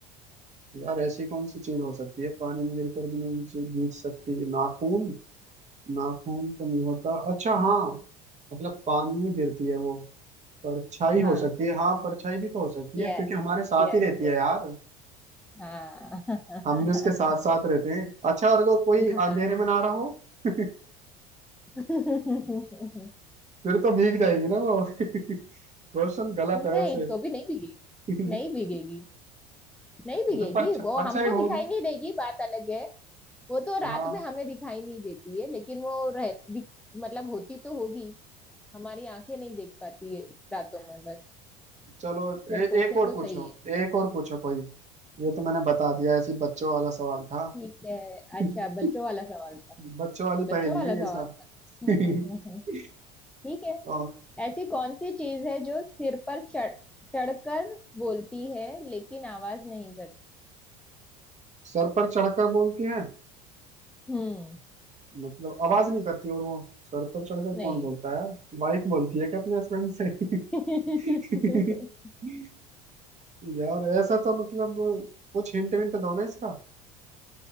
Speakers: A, on the right; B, in the centre.
A: यार ऐसी कौन सी चीज हो सकती है पानी में गिरकर भी नहीं भीग भीग सकती नाखून नाखून तो नहीं होता अच्छा हाँ मतलब पानी में गिरती है वो परछाई हो
B: हाँ
A: सकती है हाँ परछाई भी तो हो सकती है
B: यस
A: क्योंकि हमारे साथ
B: Yes
A: ही रहती है
B: yes
A: यार <laughs>
B: हाँ <laughs>
A: हम भी उसके साथ साथ रहते हैं अच्छा और अगर कोई
B: हाँ
A: अंधेरे में ना रहा हो <laughs>
B: <laughs>
A: फिर तो भीग जाएगी
B: हम्म,
A: ना वो <laughs> क्वेश्चन गलत
B: नहीं
A: है वैसे
B: तो भी नहीं भीगेगी
A: <laughs>
B: नहीं भीगेगी नहीं भीगेगी
A: जब परछ-
B: वो
A: परछाई
B: हमको
A: होगी
B: दिखाई नहीं देगी बात अलग है वो तो
A: <laughs>
B: रात
A: हाँ
B: में हमें दिखाई नहीं देती है लेकिन वो रह दिख- मतलब होती तो होगी हमारी आंखें नहीं देख पाती है रातों में बस
A: चलो ए,
B: बट क्वेश्चन
A: एक और
B: तो
A: पूछो
B: सही है
A: एक और पूछो कोई ये तो मैंने बता दिया ऐसी बच्चों वाला सवाल था
B: ठीक है
A: <laughs>
B: अच्छा बच्चों वाला सवाल था
A: बच्चों वाली
B: बच्चों
A: पहेली
B: वाला
A: है
B: सवाल
A: ये सब
B: था
A: <laughs>
B: <laughs> ठीक है
A: और
B: ऐसी कौन सी चीज है जो सिर पर चढ़ चढ़कर बोलती है लेकिन आवाज नहीं करती
A: सर पर चढ़कर बोलती है
B: हम्म
A: मतलब आवाज नहीं करती और वो सर पर चढ़कर
B: नहीं
A: कौन बोलता है यार वाइफ बोलती है क्या अपने हस्बैंड
B: <laughs>
A: से <laughs> यार ऐसा तो मतलब कुछ हिंट विंट दो ना इसका